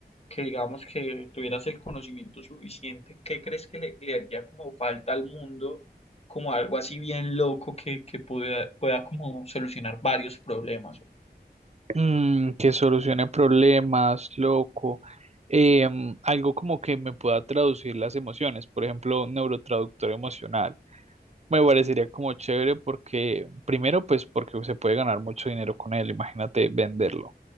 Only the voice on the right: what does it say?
mm, que solucione problemas, loco, em, algo como que me pueda traducir las emociones, por ejemplo, un neurotraductor emocional. Me parecería como chévere porque, primero, pues porque se puede ganar mucho dinero con él, imagínate venderlo.